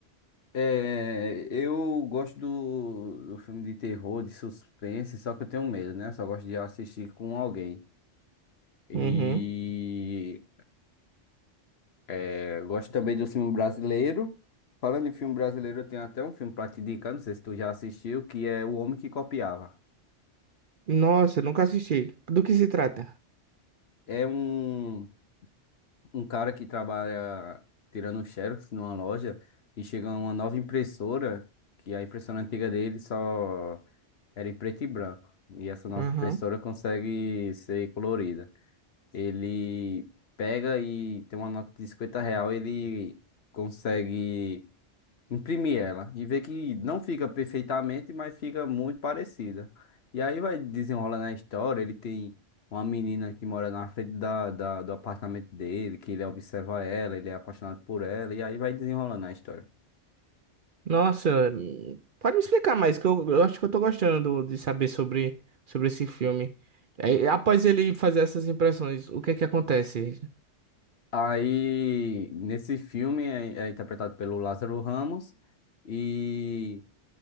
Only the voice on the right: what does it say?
Uhum.
Nossa, eu nunca assisti. Do que se trata?
Uhum.
Nossa, hum, pode me explicar mais, que eu, eu acho que eu tô gostando do- de saber sobre, sobre esse filme. Aí, após ele fazer essas impressões, o que é que acontece?